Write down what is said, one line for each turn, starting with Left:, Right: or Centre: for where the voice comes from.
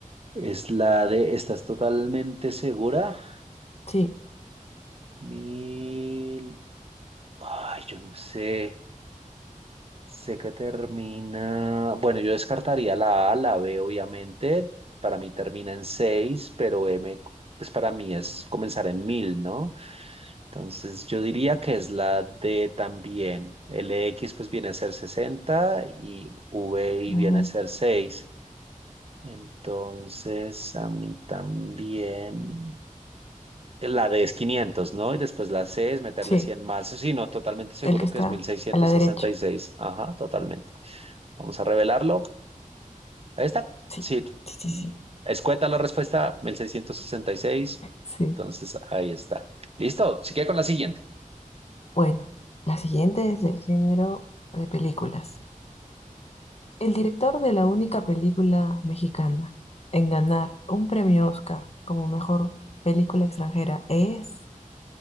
Right: Es la de, ¿estás totalmente segura?
Left: Sí,
Right: Mil... Ay, yo no sé. Sé que termina... Bueno, yo descartaría la A, la B, obviamente. Para mí termina en 6 pero M, pues para mí es comenzar en mil ¿no? Entonces yo diría que es la D también. x pues viene a ser 60 y VI
Left: ujú,
Right: viene a ser seis Entonces a mí también... La D es 500, ¿no? Y después la C es meterle
Left: Sí,
Right: 100 más. Sí, no, totalmente seguro
Left: el que está
Right: que es mil seiscientos
Left: a la derecha.
Right: sesenta y seis. Ajá, totalmente. Vamos a revelarlo. Ahí está.
Left: Sí,
Right: Sí,
Left: sí, sí, sí.
Right: escueta la respuesta, 1666.
Left: Sí.
Right: Entonces, ahí está. Listo, sigue con la siguiente.
Left: Bueno, la siguiente es del género de películas. El director de la única película mexicana en ganar un premio Oscar como mejor película extranjera es